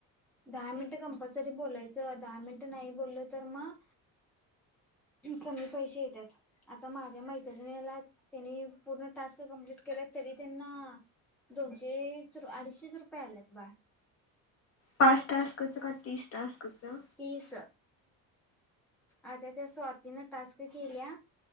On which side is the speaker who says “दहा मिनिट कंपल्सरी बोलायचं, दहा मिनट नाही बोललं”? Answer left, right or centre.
Centre